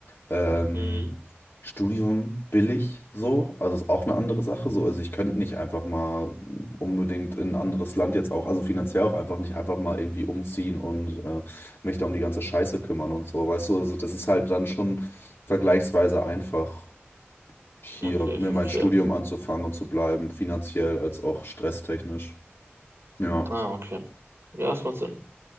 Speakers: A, on the left (about 55°); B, on the right (about 70°).
A: Ähm,
B: Mhm,
A: Studium billig, so, also ist auch eine andere Sache. So, also ich könnte nicht einfach mal unbedingt in ein anderes Land jetzt auch, also finanziell auch einfach nicht einfach mal irgendwie umziehen und äh, mich da um die ganze Scheiße kümmern und so, weißt du, also das ist halt dann schon vergleichsweise einfach hier
B: okay,
A: mir
B: ich verstehe.
A: mein Studium anzufangen und zu bleiben, finanziell als auch stresstechnisch. Ja.
B: Ah, okay. Ja, das macht Sinn.